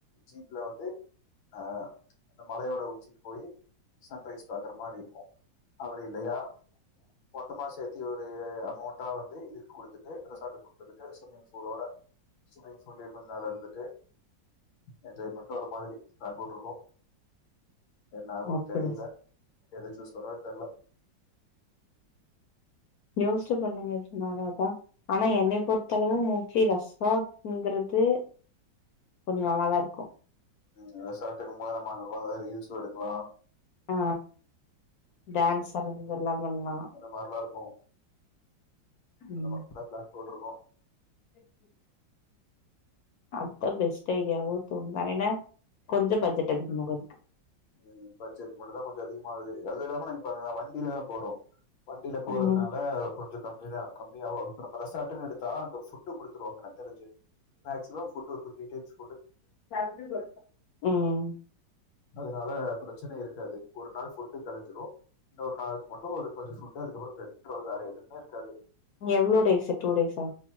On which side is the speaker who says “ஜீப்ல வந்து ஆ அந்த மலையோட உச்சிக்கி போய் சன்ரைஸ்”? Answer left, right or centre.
Left